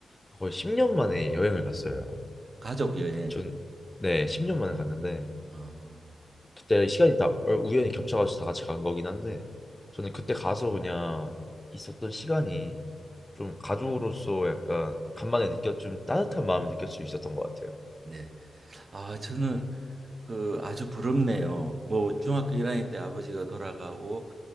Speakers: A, on the left (about 15°); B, on the right (about 45°).
A: 거의 10년 만에 여행을 갔어요.
B: 가족 여행.
A: 전, 네, 10년 만에 갔는데
B: 아,
A: 그때 시간이 다 어, 우연히 겹쳐가지고 다 같이 간 거긴 한데 저는 그때 가서 그냥 있었던 시간이 좀 가족으로서 약간 간만에 느꼈 좀 따뜻한 마음을 느낄 수 있었던 것 같아요.
B: 네. 아, 저는 그 아주 부럽네요. 뭐 중학교 1학년 때 아버지가 돌아가고